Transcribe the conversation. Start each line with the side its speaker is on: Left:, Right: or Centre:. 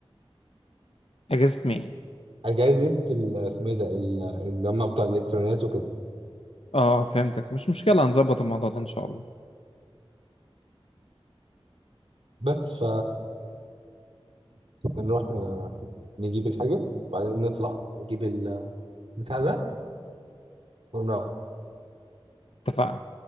Left: اجازة مين؟
Right: اجازه ال- اسمه ايه ده ال- اللي هم بتوع الالكترونيات وكده
Left: اه آه. فهمتك مش مشكلة هنظبط الموضوع ده ان شاء الله
Right: بس فنروح ن- نجيب الحاجه وبعدين نطلع نجيب البتاع ده ونروح
Left: اتفقنا